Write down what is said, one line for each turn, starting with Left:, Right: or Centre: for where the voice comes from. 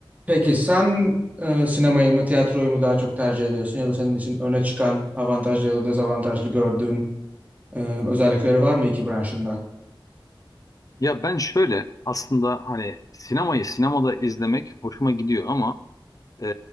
Right: Peki sen e, sinemayı mı tiyatroyu mu daha çok tercih ediyorsun ya da senin için öne çıkan avantajlı ya da dezavantajlı gördüğün e, özellikleri var mı iki branşında?
Left: Ya ben şöyle aslında hani sinemayı sinemada izlemek hoşuma gidiyor ama e,